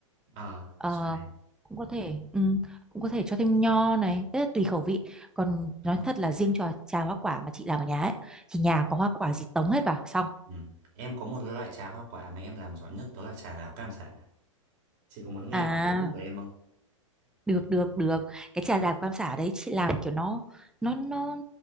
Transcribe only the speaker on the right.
ờ
xoài
đúng
rồi
Ừ. Em có một loại trà hoa quả mà em làm giỏi nhất đó là trà đào cam sả. Chị có muốn nghe
qua công thức của em không?